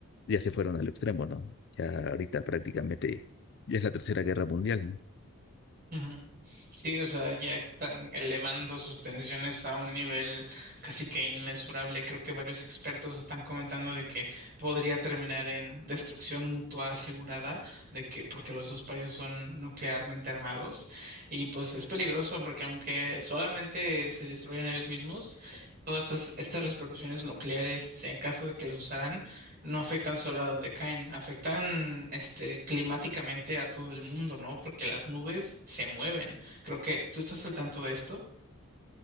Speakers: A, on the left; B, on the right.
A: ya se fueron al extremo, ¿no? Ya ahorita prácticamente ya es la Tercera Guerra Mundial, ¿no?
B: Ujú. Sí, o sea, ya están elevando sus tensiones a un nivel casi que inmesurable. Creo que varios expertos están comentando de que podría terminar en destrucción mutua asegurada, de que porque los dos países son nuclearmente armados y pues es peligroso porque aunque solamente se destruyen ellos mismos, todas estas, estas repercusiones nucleares, si en caso de que los usaran no afectan solo a donde caen, afectan este climáticamente a todo el mundo, ¿no? Porque las nubes se mueven. Creo que tú estás al tanto de esto.